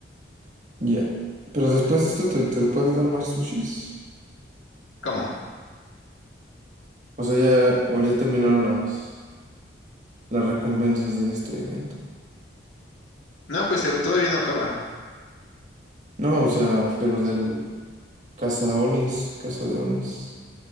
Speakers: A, on the right; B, on the left.
A: Ya. Pero después de esto, ¿te, te puedes dar más sushis?
B: ¿Cómo?
A: O sea, ya, o ya terminaron las, las recompensas de este evento.
B: No, pues te- todavía no acaba.
A: No, o sea, pero del Casa de Onis, Casa de Onis.